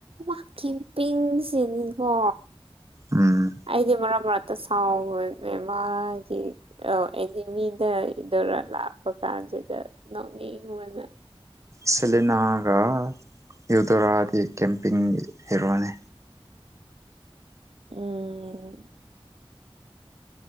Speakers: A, on the right (about 70°); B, on the right (about 30°).
A: ꯃꯥ ꯀꯦꯝꯄꯤꯡ ꯁꯤꯅꯤꯀꯣ
B: ꯎꯝ
A: ꯑꯩꯗꯤ ꯃꯔꯛ ꯃꯔꯛꯇ ꯁꯥꯎꯕꯅꯦ ꯃꯥꯒꯤ ꯑ ꯑꯦꯅꯤꯃꯤꯗ <unintelligible> ꯂꯥꯛꯄ ꯀꯥꯟꯁꯤꯗ ꯅꯣꯛꯅꯤꯡꯕꯅꯥ
B: ꯁꯦꯂꯤꯅꯥꯒ ꯌꯨꯗꯣꯔꯥꯗꯤ ꯀꯦꯝꯄꯤꯡ ꯍꯦꯔꯣꯅꯦ
A: ꯎꯝ